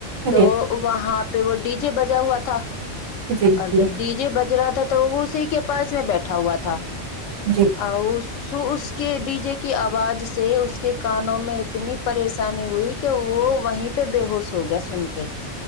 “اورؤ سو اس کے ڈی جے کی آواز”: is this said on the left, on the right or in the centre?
Left